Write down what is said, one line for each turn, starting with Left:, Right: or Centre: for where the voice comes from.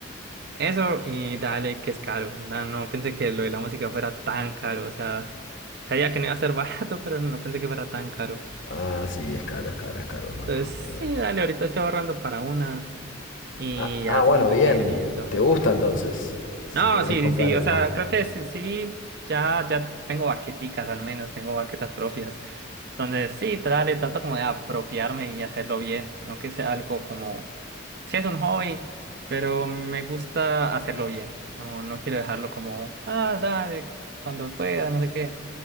Right: eso y dale, que es caro. No, no pensé que lo de la música fuera tan caro. O sea, sabía que no iba a ser <laughs> barato, pero no pensé que fuera tan caro.
Left: Ah, sí, es caro, es caro, es caro, hermano.
Right: Entonces, sí,
Left: Eh,
Right: dale, ahorita estoy ahorrando para una y
Left: Ah,
Right: ya
Left: ah, bueno,
Right: supongo
Left: bien.
Right: que ir viendo.
Left: ¿Te gusta entonces? Si
Right: No,
Left: te querés
Right: sí,
Left: comprar
Right: sí, sí.
Left: una.
Right: O sea, creo que sí, sí, ya, ya tengo baqueticas al menos, tengo baquetas propias. Entonces, sí, dale, trato como de apropiarme y hacerlo bien, no que sea algo como, sí es un hobby, pero me gusta hacerlo bien, no, no quiero dejarlo como, ah, dale, cuando pueda, no sé qué,